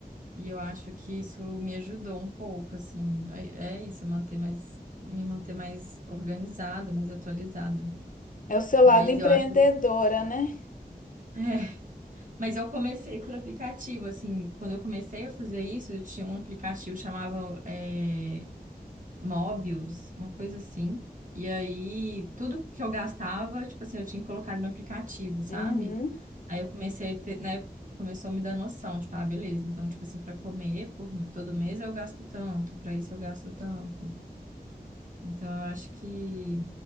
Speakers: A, on the right (about 55°); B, on the left (about 55°).
A: E eu acho que isso me ajudou um pouco, assim. É, é isso, manter mais, me manter mais organizada, mais atualizada.
B: É o seu lado
A: Mas
B: empreendedora,
A: eu acho.
B: né?
A: <laughs> é, mas eu comecei por aplicativo, assim. Quando eu comecei a fazer isso, eu tinha um aplicativo que chamava é, Mobius, uma coisa assim. E aí, tudo que eu gastava, tipo assim, eu tinha que colocar no aplicativo, sabe?
B: Uhum.
A: Aí eu comecei a ter, né, começou a me dar noção, tipo, ah, beleza, então, tipo assim, para comer por todo mês eu gasto tanto, para isso eu gasto tanto. Então, eu acho que,